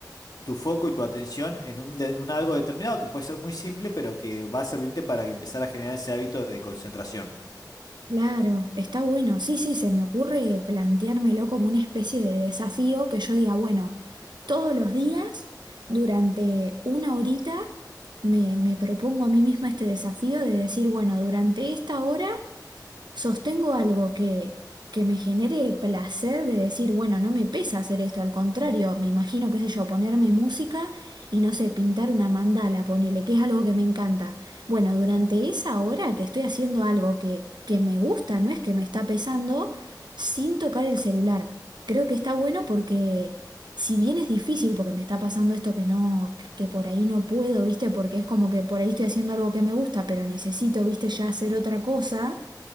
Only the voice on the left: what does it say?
tu foco y tu atención en un, de- un algo determinado que puede ser muy simple, pero que va a servirte para que empezar a generar ese hábito de concentración.